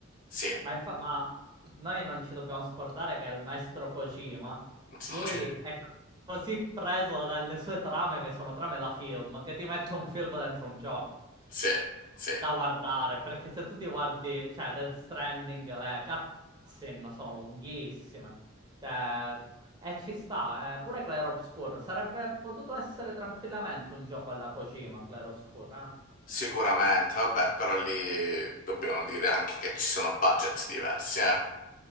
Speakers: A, on the left (about 40°); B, on the right (about 20°).
A: sì.
B: Ma, infa- ma noi non ci dobbiamo scordare che il maestro Kojima,
A: <laughs>
B: lui è così preso dalle sue trame che sono trame da film, che ti mette un film dentro un gioco
A: Sì, sì,
B: da guardare, perché se tu ti guardi, cioè Dead Stranding, le cutscene sono lunghissime, cioè, e ci sta, eh. Pure Clair Obscur, sarebbe potuto essere tranquillamente un gioco alla Kojima, Clair Obscur, eh.
A: sicuramente, vabbè, però lì dobbiamo dire anche che ci sono budget diversi, eh.